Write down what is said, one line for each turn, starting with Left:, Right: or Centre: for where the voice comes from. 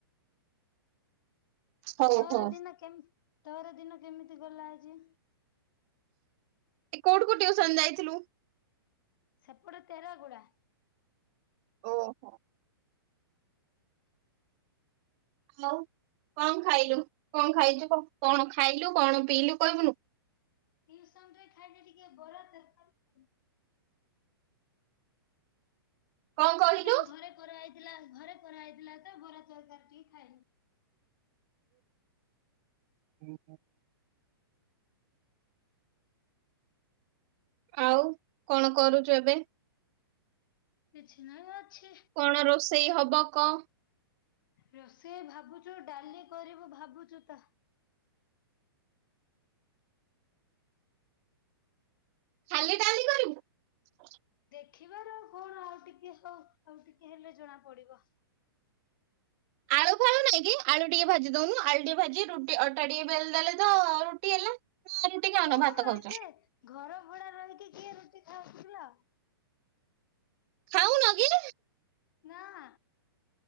Right: ହଉ
Left: ଆଉ ତୋର
Right: ହଉ
Left: ଦିନ କେମତି? ତୋର ଦିନ କେମିତି ଗଲା ଆଜି?
Right: ଏ କୋଉଠିକୁ ଟିଉସନ ଯାଇଥିଲୁ।
Left: ସେପଟ ତେର ଗୁଡା।
Right: ଓହୋ। ହୋଉ କଣ ଖାଇଲୁ କଣ ଖାଇଛୁ କଣ ଖାଇଲୁ କଣ ପିଇଲୁ କହିବୁନୁ।
Left: ଟିଉସନ ରେ ଖାଇଲେ ଟିକେ ବରା ତରକାରୀ।
Right: କଣ କହିଲୁ?
Left: ଗୋଦାମ ଘରେ କରାହେଇଛି। ଥିଲା ଘରେ କରାହେଇଥିଲାତ ଘର ତରକାରୀ ଟିକେ ଖାଏ
Right: ହୁଁ ଆଉ କଣ କରୁଛୁ ଏବେ
Left: କିଛି ନାଁଇ ଅଛି
Right: କଣ ରୋଷେଇ ହବ କହ
Left: ରୋଷେଇ ଭାବୁଛୁ ଡାଲି କରିବୁ ଭାବୁଛୁ ତ
Right: ଖାଲି ଡାଲି କରିବୁ
Left: ଦେଖିବି କଣ ଆଉ ଟିକେହଉ ଆଉ ଟିକିଏହେଲେ ଜଣା ପଡିବ
Right: ଆଳୁ ଫାଳୁ ନାଇଁକି ଆଳୁ ଟିକେ ଭାଜି ଦଉନୁ ଆଳୁ ଟିକେ ଭାଜି ରୁଟି ଅଟା ଟିକେ ବେଲିଦେଲତ ରୁଟି ହେଲା ନା ରୁଟି ଖାଉନ
Left: ହଁ
Right: ଭାତ
Left: ଆଛେ
Right: ଖାଉଛ
Left: ଘର ଭଡା ରହିକି କିଏ ରୁଟି ଖାଉଥିଲା
Right: ଖାଉନକିି
Left: ନାଁ